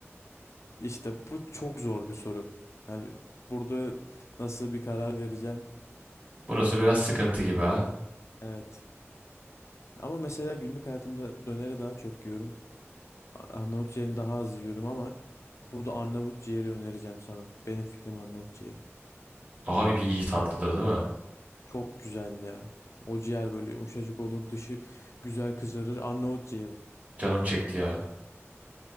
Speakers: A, on the left; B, on the right.
A: İşte bu çok zor bir soru. Yani burada nasıl bir karar vereceğim?
B: Burası biraz sıkıntı gibi ha.
A: Evet. Ama mesela günlük hayatımda döneri daha çok yiyorum. A- Arnavut ciğerini daha az yiyorum ama burada Arnavut ciğeri önereceğim sana. Benim fikrim Arnavut ciğeri.
B: Daha bir iyi tatlıdır değil mi?
A: Çok güzeldi ya. O ciğer böyle yumuşacık olur, dışı güzel kızarır. Arnavut ciğeri.
B: Canım çekti ya.